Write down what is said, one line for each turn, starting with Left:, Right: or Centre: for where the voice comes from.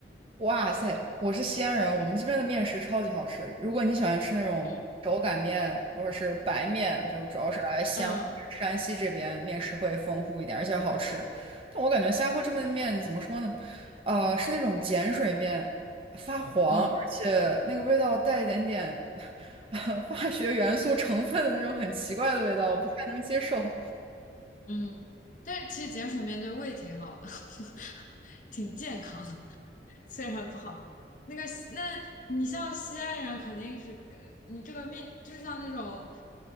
Right: 哇塞，我是西安人，我们这边的面食超级好吃。如果你喜欢吃那种手擀面或者是白面，
Left: 嗯，
Right: 就是主要是来西安或者是山西这边面食会丰富一点，
Left: 嗯
Right: 而且好吃。但我感觉新加坡这边的面怎么说呢？呃，是那种碱水面，发黄，
Left: 嗯
Right: 而且那个味道带一点点 <laughs> 化学元素成分的那种很奇怪的味道，
Left: 嗯。
Right: 不太能接受。
Left: 嗯，但是其实碱水面对胃挺好的，<laughs> 挺健康的，虽然不好。那个西那你像西安人肯定是，呃你这个面就是像那种，